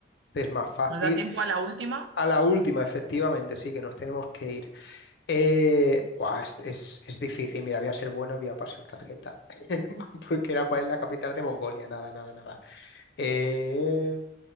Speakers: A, on the left; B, on the right.
A: es más fácil.
B: ¿Nos da tiempo a la última?
A: A la última, efectivamente, sí, que nos tenemos que ir. Eh, buah, es, es- es difícil. Mira, voy a ser bueno y voy a pasar tarjeta. <laughs> Porque era cuál es la capital de Mongolia. Nada, nada, nada. Eh,